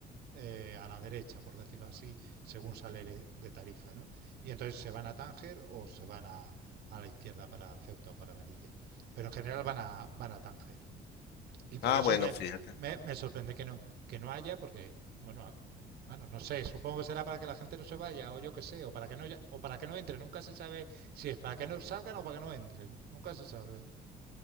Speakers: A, on the right; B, on the left.
A: eh, a la derecha, por decirlo así, según sale de Tarifa, ¿no? Y entonces se van a Tánger o se van a, a la izquierda para Ceuta o para Melilla. Pero en general van a, van a Tánger. Y por
B: Ah,
A: eso
B: bueno,
A: me,
B: fíjate.
A: me, me sorprende que no, que no haya, porque, bueno, bueno, no sé, supongo que será para que la gente no se vaya, o yo qué sé, o para que no ya- o para que no entren, nunca se sabe si es para que no salgan o para que no entren, nunca se sabe.